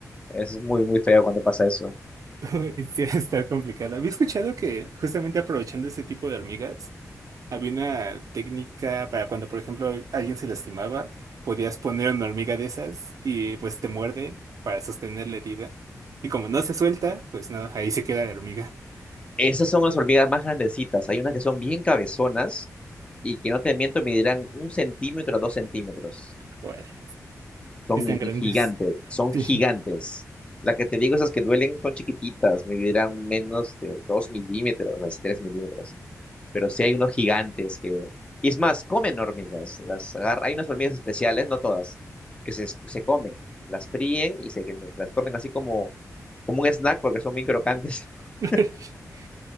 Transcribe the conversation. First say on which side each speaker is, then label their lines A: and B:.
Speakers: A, on the left (about 20°); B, on the right (about 70°).
A: es muy, muy feo cuando pasa eso.
B: Uy, Sí, va a estar complicado. Había escuchado que justamente aprovechando ese tipo de hormigas, Había una técnica para cuando, por ejemplo, alguien se lastimaba, podías poner una hormiga de esas y pues te muerde para sostener la herida. Y como no se suelta, pues nada, ahí se queda la hormiga.
A: Esas
B: Eh,
A: son las hormigas más grandecitas. Hay unas que son bien cabezonas y que no te miento, medirán un centímetro a dos centímetros.
B: Órale.
A: Son
B: Y están
A: i-
B: grandes.
A: gigantes, son
B: Sí.
A: gigantes. La que te digo, esas que duelen son chiquititas, medirán menos de dos milímetros, así, tres milímetros. Pero sí hay unos gigantes que... Y es más, comen hormigas. Las agarra- Hay unas hormigas especiales, no todas, que se, es- se comen. Las fríen y se, que se- las comen así como, como un snack porque son bien crocantes. <laughs>
B: <laughs>